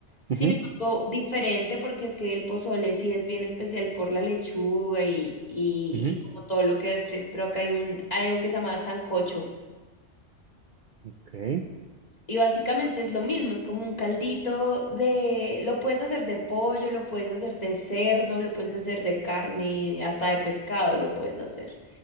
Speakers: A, on the left; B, on the right.
A: sin
B: ujú,
A: embargo, diferente, porque es que el pozole sí es bien especial por la lechuga y, y,
B: ujú.
A: y como todo lo que describes, pero acá hay un, algo que se llama sancocho.
B: Ok.
A: Y básicamente es lo mismo, es como un caldito de... Lo puedes hacer de pollo, lo puedes hacer de cerdo, lo puedes hacer de carne, hasta de pescado lo puedes hacer.